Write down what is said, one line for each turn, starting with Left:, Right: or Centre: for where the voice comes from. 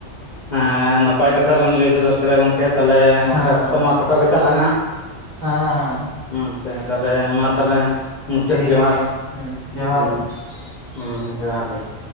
Left: ᱦᱮᱸ ᱱᱟᱯᱟᱭ ᱠᱟᱛ- ᱷᱟ ᱵᱮᱱ ᱞᱟᱹᱭ ᱥᱚᱫᱚᱨ ᱠᱮᱫᱟ ᱜᱚᱢᱠᱮ ᱛᱟᱦᱚᱞᱮ ᱜᱚᱢᱠᱮ
Right: ᱦᱮᱸ
Left: ᱚᱠᱛᱚ
Right: ᱦᱮᱸ
Left: ᱢᱟ ᱠᱷᱟᱴᱚ ᱜᱮᱛᱟ ᱞᱟᱝᱼᱟ,
Right: ᱦᱮᱸ ᱦᱮᱸ᱾
Left: ᱟᱪᱷᱟ ᱛᱟᱦᱮᱞᱮ ᱢᱟ ᱛᱟᱦᱮᱞᱮ ᱢᱩᱪᱟᱹᱫ
Right: ᱴᱷᱤᱠ
Left: ᱡᱚᱦᱟᱨ!
Right: ᱜᱮᱭᱟ ᱦᱮᱸ ᱡᱚᱦᱟᱨ
Left: ᱦᱩᱸ᱾
Right: ᱜᱮ
Left: ᱦᱩᱸ ᱦᱩᱸᱡᱚᱦᱟᱨ ᱜᱮ ᱾